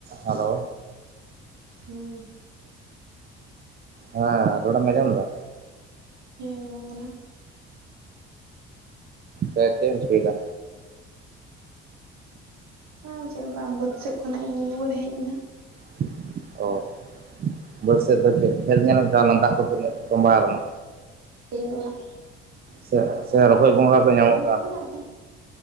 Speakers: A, on the right; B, on the right.
A: Hello
B: ᱦᱩᱸ
A: ᱦᱮᱸ ᱨᱚᱲ ᱮᱢ ᱟᱡᱚᱢᱫᱟ
B: ᱦᱮᱸ ᱟᱡᱚᱢᱚᱜ ᱠᱟᱱᱟ
A: ᱦᱸ ᱪ <unintelligible> ᱮᱢ ᱪᱤᱠᱟᱭᱫᱟ
B: ᱟᱨ ᱪᱮᱫ ᱵᱟᱝ ᱵᱟᱹᱫ ᱥᱮᱡ ᱠᱷᱚᱱᱟᱜ ᱤᱧ ᱨᱩᱭᱟᱹᱲ ᱦᱮᱡ ᱮᱱᱟ᱾
A: <inaudible> <unintelligible> ᱵᱟᱹᱫᱥᱮᱫ ᱫᱚ ᱪᱮᱫ ᱠᱷᱮᱞ ᱧᱮᱞ ᱮᱢ ᱪᱟᱣ ᱞᱮᱱᱟ ᱫᱟᱜ ᱠᱚ ᱛᱤᱱᱟᱹᱜ ᱛᱚᱸᱵᱟᱣ ᱠᱟᱱᱟ?
B: ᱛᱮᱦᱮᱧ ᱫᱚ ᱦᱟᱸᱜ
A: ᱥᱮ ᱥᱮ ᱨᱚᱠᱚᱡ ᱜᱷᱚᱸᱜᱟ ᱠᱚ ᱧᱟᱢᱚᱜ
B: ᱵᱟᱝ
A: ᱠᱟᱱᱟ?
B: ᱚᱱᱠᱟ